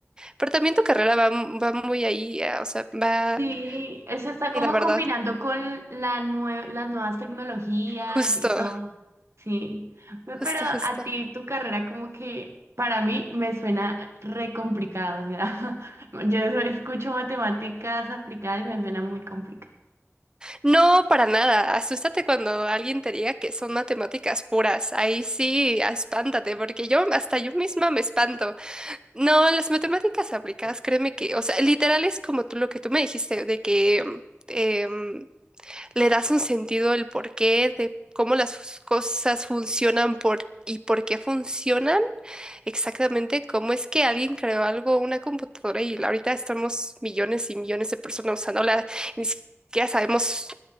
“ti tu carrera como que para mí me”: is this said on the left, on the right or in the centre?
Right